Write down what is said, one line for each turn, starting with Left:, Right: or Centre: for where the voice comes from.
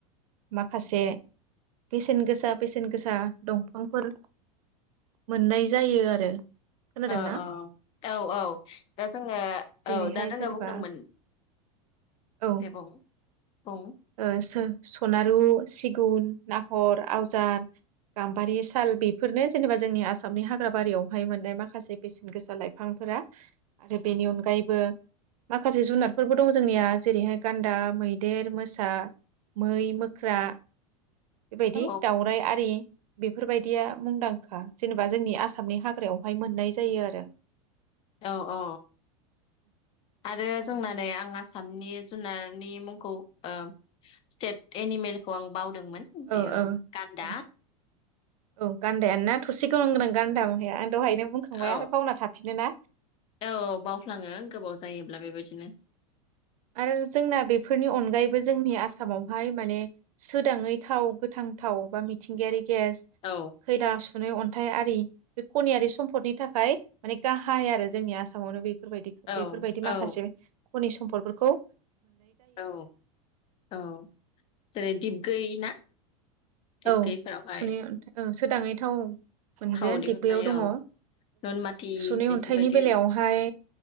Right: माखासे बेसेन गोसा बेसेन गोसा दंफांफोर मोननाय जायो आरो खोनादोंना
Left: ओ औ औ औ दा जोङो
Right: जेरैहाय
Left: औ दा जोङो
Right: जेनेबा
Left: बुंदोंमोन
Right: औ
Left: दे बुं बुं
Right: ओ सोर सनारु सिगुन नाहर आवजार गाम्बारि साल बेफोरनो जेनेबा जोंनि आसामनि हाग्राबारियावहाय मोननाय माखासे बेसेन गोसा लाइफांफोरा आरो बेनि अनगायैबो माखासे जुनादफोरबो दं जोंनिया जेरैहाय गान्दा मैदेर मोस सा मै मोख्रा बेबायदि
Left: औ
Right: दाउराइ आरि बेफोरबायदिया मुंदांखा जेनेबा जोंनि आसामनि हाग्रायावहाय मोननाय जायो आरो
Left: औ औ आरो जोंना नै आं आ सामनि जुनारनि मुंखौ ओ स्टेट एनिमेलखौ आं बाव दोंमोन बेयो
Right: ओ
Left: गान्दा
Right: औ औ गान्दाया ना थसे गं गोनां गान्दा <unintelligible> बुंखांबाय
Left: औ
Right: आरो बावना थाफिनो ना
Left: औ बावफ्लाङो गोबाव जायोब्ला बेबायदिनो।
Right: आरो जोंना बेफोरनि अनगायैबो जोंनि आसामावहाय माने सोदाङै थाव गोथांथाव बा मिथिंगायारि गेस
Left: औ
Right: खैला सु नै अन्थाइ आरि बे खनियारि सम्पदनि थाखाय माने गाहाय आरो जोंनि आसामावनो बे बेफोरबायदि
Left: औ
Right: बेफोरबायदि
Left: औ
Right: माखासे खनि सम्पदफोर खौ
Left: औ औ जेरै दिगबै ना? दिपगैफोरावहाय
Right: औ सुनै अन्थाय सोदाङै थाव मोनग्राया
Left: थाव दिहुननाय
Right: दिग्बैयाव दङ।
Left: औ नुनमाथि
Right: सुुनै
Left: बेफोरबायदि
Right: अन्थाइनि बेलायावहाय